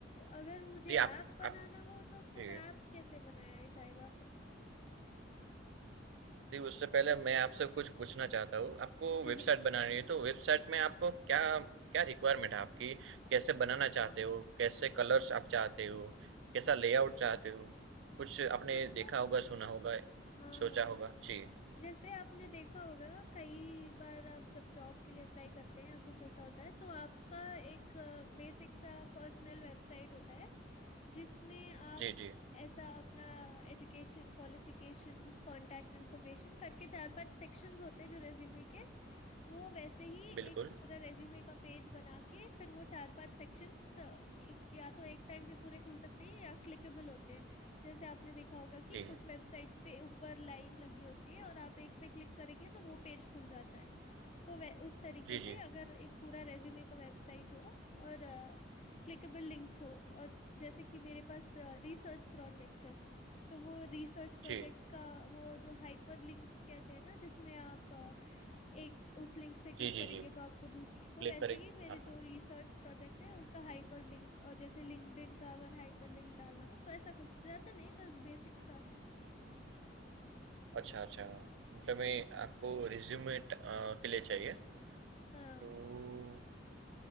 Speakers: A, on the left; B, on the right.
A: अगर मुझे
B: जी
A: ऐप
B: आप
A: बनाना
B: आप
A: हो तो फिर
B: जी
A: ऐप कैसे बनाया जाएगा फिर <laughs>
B: जी उससे पहले मैं आपसे कुछ पूछना चाहता हूँ आपको
A: जी
B: वेबसाइट बनानी है तो वेबसाइट में आपको क्या क्या रिक्वायरमेंट है आपकी कैसे बनाना चाहते हो कैसे कलर्स आप चाहते हो कैसा लेआउट चाहते हो कुछ आपने
A: मतलब
B: देखा होगा सुना होगा
A: हाँ
B: सोचा
A: हाँ
B: होगा जी
A: जैसे आपने देखा होगा कई बार आप जब जॉब के लिए अप्लाई करते हैं या कुछ ऐसा होता है तो आपका एक बेसिक सा पर्सनल वेबसाइट होता है जिसमें आप
B: जी जी
A: ऐसा अपना एजुकेशन क्वालिफिकेशंस कांटेक्ट इन्फॉर्मेशन करके चार पांच सेक्शंस होते हैं जो रेज्यूमे के वो वैसे ही
B: बिल्कुल
A: एक पूरा रेज्यूमे का पेज बना के फिर वो चार पांच सेक्शंस या तो एक टाइम पे पूरे खुल सकते हैं या क्लिकेबल होते हैं जैसे आपने देखा होगा कि
B: जी
A: कुछ
B: जी
A: वेबसाइट्स पे ऊपर लाइन लगी होती है और आप एक पे क्लिक करेंगे तो वो पेज खुल जाता है तो वह उस तरीके
B: जी
A: से अगर एक पूरा रेज्यूमे का वेबसाइट हो और क्लिकेबल लिंक्स हो और जैसे कि मेरे पास रिसर्च प्रोजेक्ट्स है तो वो रिसर्च प्रोजेक्ट्स
B: जी
A: का वो जो हाइपर लिंक कहते हैं ना जिसमें आप एक उस लिंक पे क्लिक
B: जी जी
A: करेंगे
B: जी
A: तो आपको दूसरी तो
B: क्लिक
A: वैसे
B: करें
A: ही मेरे
B: हाँ
A: जो रिसर्च प्रोजेक्ट्स हैं उसका हाइपर लिंक और जैसे लिंक्डइन का अगर हाइपर लिंक डालना हो तो ऐसा कुछ ज्यादा नहीं बस बेसिक सा
B: अच्छा अच्छा मतलब मैं आपको रिज्यूमे के लिए चाहिए
A: हाँ
B: तो